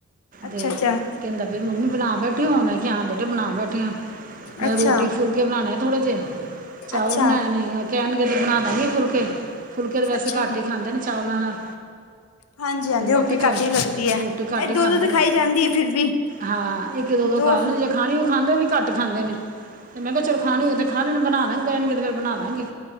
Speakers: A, on the left; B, on the right.
A: ਅੱਛਾ,
B: ਤੇ
A: ਅੱਛਾ,
B: ਕਹਿੰਦਾ ਵੀ ਮੰਮੀ ਬਣਾ ਬੈਠੀ ਹੋ ਮੈਂ ਕਿਹਾ ਹਾਂ ਬੇਟੇ ਬਣਾ ਬੈਠੇ ਹ ਮੈਂ ਕਿਹਾ
A: ਅੱਛਾ,
B: ਰੋਟੀ ਫੁਲ ਬਨਾਣੇ ਥੋੜੇ ਜਹੇ ਚਾਵਲ
A: ਅੱਛਾ,
B: ਬਣਾਏ ਨੇ ਕਹਿਣਗੇ ਤੇ ਬਣਾਦਾ ਗੇ ਫੁਲਕੇ-ਫੁਲਕੇ ਤੇ ਵੈਸੇ
A: ਅੱਛਾ
B: ਘੱਟ
A: ਜੀ।
B: ਹੀ ਖਾਂਦੇ ਨੇ ਚਾਵਲਾਂ ਨਾਲ
A: ਹਾਂਜੀ-ਹਾਂਜੀ
B: ਤੇ ਮੈਂ
A: ਰੋਟੀ
B: ਕਿਹਾ ਚੱਲ
A: ਘੱਟ ਹੀ ਲੱਗਦੀ ਐ
B: ਰੋਟੀ ਘੱਟ
A: ਇਹ
B: ਹੀ
A: ਦੋ
B: ਖਾਂਦੇ
A: ਦੁੱਧ
B: ਨੇ
A: ਖਾਈ ਜਾਂਦੀ ਐ ਫਿਰਰ ਵੀ
B: ਹਾਂ ਇੱਕ ਦੋ-ਦੋ
A: ਦੋ
B: ਖਾ ਲ ਜਾਂ ਖਾਣੀ ਉਹ ਖਾਂਦੇ ਹੋ ਵੀ ਘੱਟ ਖਾਂਦੇ ਨੇ ਤੇ ਮੈਂ ਕਿਹਾ ਚਲੋ
A: ਹਾਂਜੀ,
B: ਖਾਣੀ ਹੋਏ ਤੇ ਖਾ ਲੈਣ ਬਣਾ ਦਾਂਗੇ ਕਹਿਣਗੇ ਤੇ ਫੇਰ ਬਣਾ ਦਾਂਗੀ